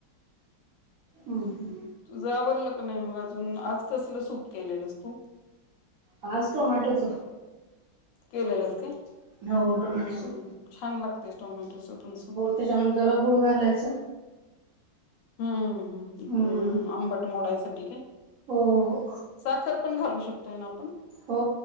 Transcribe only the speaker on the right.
हम् हम्
हच तो मटच
हो टोमॅटो सूप.
त्याच्यानंत जरा गुळ घालायच
हम्म.
हो हो
हो